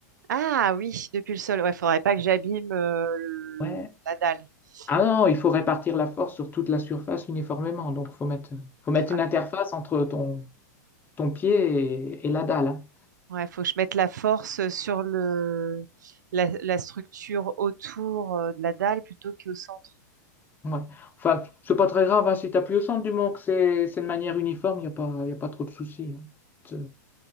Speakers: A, on the right (about 80°); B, on the left (about 20°).
A: Ah oui, depuis le sol. Ouais, faudrait pas que j'abîme euh, le-
B: Ouais.
A: la dalle.
B: Ah non, il faut
A: Hmm,
B: répartir la force sur toute la surface uniformément. Donc, faut mettre, faut mettre
A: Ouais.
B: une interface entre ton, ton pied et, et la dalle. hein.
A: Ouais, faut que je mette la force sur le la, la structure autour euh, de la dalle plutôt qu'au centre.
B: Ouais. Enfin, c'est pas très grave hein, si tu appuies au centre du moment que c'est c'est de manière uniforme, il n'y a pas, y a pas trop de soucis. hein. C'est-